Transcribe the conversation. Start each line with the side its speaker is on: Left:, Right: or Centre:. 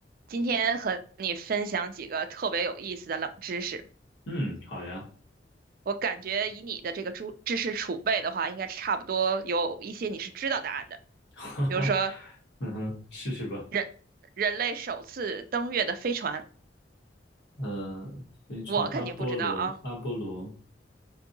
Right: 今天和你分享几个特别有意思的冷知识。
Left: 嗯，好呀，
Right: 我感觉以你的这个知知识储备的话，应该差不多有一些你是知道答案的。
Left: <laughs> 哈哈，
Right: 比如说
Left: 嗯哼，试试吧。
Right: 人人类首次登月的飞船，
Left: 呃，飞船阿波罗，
Right: 我肯定不知道啊，
Left: 阿波罗，